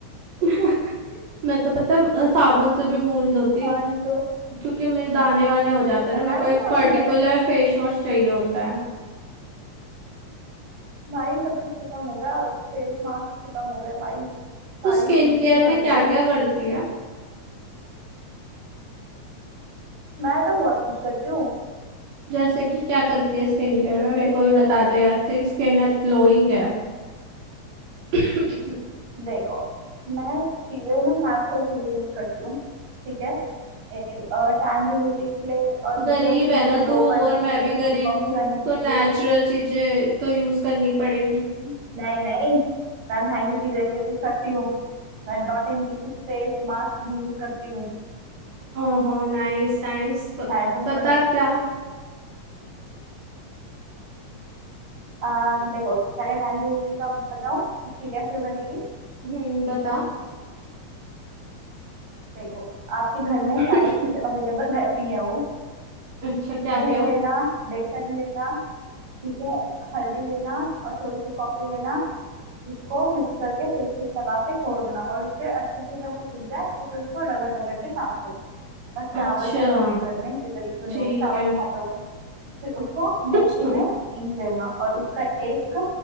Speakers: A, on the right (about 60°); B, on the right (about 80°).
A: <laughs> मैं तो पता है, अ, साबुन से भी मुंह नहीं धोती
B: हाँ नहीं तो
A: क्योंकि मेरे दाने वाने हो जाते हैं
B: मैं
A: ना मेरे को
B: भी नहीं
A: एक
B: धोती
A: पर्टिकुलर
B: भाई
A: फेस वॉश चाहिए होता है
B: भाई सब कुछ खत्म हो गया फेस मास्क खत्म हो गया भाई
A: तो
B: सारी
A: स्किन
B: शीट्स
A: केयर
B: खत्म
A: में
B: हो
A: क्या
B: गई
A: क्या करती है
B: मैं तो बहुत कुछ करती हूँ
A: जैसे कि क्या करती है स्किन केयर
B: स्किन
A: में मेरे
B: केयर
A: को भी
B: के
A: बता
B: लिए
A: दे यार तेरी स्किन ग्लोइंग है <coughs>
B: देखो मैं चीजें ना नेचुरल चीजें यूज करती हूँ ठीक है एक टैन रिमूविंग के लिए और दूसरा
A: गरीब
B: स्किन
A: है
B: को
A: ना
B: ग्लो
A: तू
B: करने
A: और
B: के
A: मैं
B: लिए उसको
A: भी गरीब
B: सॉफ्ट
A: हूँ
B: करने के
A: तो नेचुरल
B: लिए
A: चीजें तो यूज करनी पड़ेगी
B: नहीं नहीं मैं महंगी चीजें भी यूज करती हूँ मैं dot and key face mask भी यूज करती हूँ
A: ओहो नाइस नाइस
B: हैंड
A: पता
B: नॉन।
A: क्या
B: आ, देखो पहले टैन रिमूविंग का बताऊँ उसकी कैसे बनेगी
A: हम्म बता
B: देखो आपके घर में सारी
A: <coughs>
B: चीजें अवेलेबल रहती हैं वो
A: अच्छा क्या
B: दही
A: क्या
B: लेना बेसन लेना ठीक है हल्दी लेना और थोड़ी सी कॉफी लेना उसको मिक्स करके फेस पे लगा के छोड़ देना और फिर अच्छे से जब वो सूख जाए तो फिर उसको रगड़ रगड़ के साफ करना और चावल
A: अच्छा
B: तो होंगे ही घर में इतने गरीब तो नहीं
A: ठीक
B: होंगे चावल
A: है
B: नहीं खाते होंगे फिर उसको मिक्सी
A: <laughs>
B: में पीस देना और उसका एक